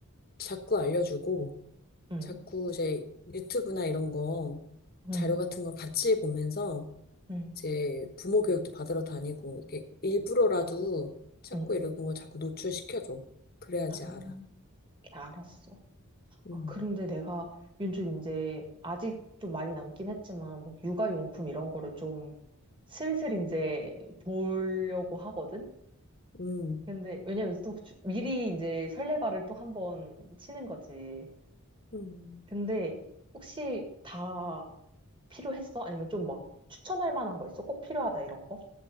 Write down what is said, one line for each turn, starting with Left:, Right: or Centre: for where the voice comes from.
Left: 자꾸 알려주고,
Right: 응,
Left: 자꾸 이제 유튜브나 이런 거,
Right: 응,
Left: 자료 같은 거 같이 보면서
Right: 응,
Left: 이제 부모 교육도 받으러 다니고 이렇게 일부러라도 자꾸
Right: 응.
Left: 이런 거 자꾸 노출시켜줘. 그래야지
Right: 아, 렇
Left: 알아.
Right: 게 알았어.
Left: 음,
Right: 아, 그런데 내가 윤주 이제 아직 좀 많이 남긴 했지만, 뭐 육아용품 이런 거를 좀 슬슬 이제 보려고 하거든?
Left: 음,
Right: 근데 왜냐면 또 주- 미리 이제 설레발을 또 한번 치는 거지.
Left: 음,
Right: 근데 혹시 다 필요했어? 아니면 좀 막 추천할 만한 거 있어? 꼭 필요하다 이런 거?